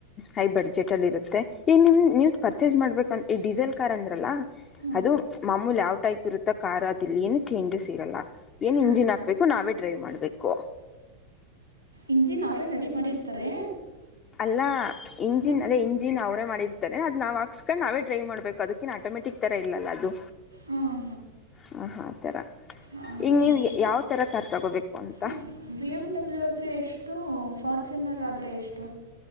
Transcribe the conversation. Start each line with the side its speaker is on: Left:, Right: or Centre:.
Left: ಹೈ ಬಡ್ಜೆಟಲ್ಲಿ ಇರುತ್ತೆ ಈಗ ನಿಮ ನೀವು ಪರ್ಚೇಸ್ ಮಾಡ್ಬೇಕಂತ ಈ ಡೀಸೆಲ್ ಕಾರ್ ಅಂದ್ರಲ್ಲ
Right: ಹಾಂ
Left: ಅದು ಮಾಮೂಲಿ ಯಾವ್ ಟೈಪ್ ಇರುತ್ತ ಕಾರ್ ಅದಲ್ಲಿ ಏನು ಚೇಂಜಸ್ ಇರಲ್ಲ ಏನ್
Right: ಹಾಂ
Left: ಇಂಜಿನ್ ಹಾಕ್ಬೇಕು ನಾವೇ ಡ್ರೈವ್ ಮಾಡ್ಬೇಕು
Right: ಇಂಜಿನ್ ಅವ್ರೇ ರೆಡಿ ಮಾಡಿರ್ತಾರೆ
Left: ಅಲ್ಲ ಇಂಜಿನ್
Right: ಹಾಂ
Left: ಅದೇ ಇಂಜಿನ್ ಅವರೇ ಮಾಡಿರ್ತಾರೆ ಅದ ನಾವು ಹಾಕ್ಸ್ಕೊಂಡು ನಾವೇ ಡ್ರೈವ್ ಮಾಡ್ಬೇಕು ಅದುಕಿ ಆಟೋಮೆಟಿಕ್ ತರ ಇಲ್ಲ ಅದು
Right: ಹ್ಮ್
Left: ಹಾಂ ಹಾ ಆ ಥರ
Right: ಹಾಗೆ
Left: ಈಗ ನೀವು ಯಾವ ಥರ ಕಾರ್ ತೊಗೋಬೇಕು ಅಂತ
Right: ಈ ಬಿ ಎಮ್ ಡಬ್ಲ್ಯೂ ಆದ್ರೆ ಎಷ್ಟು ಫಾರ್ಚುನರ್ ಆದ್ರೆ ಎಷ್ಟು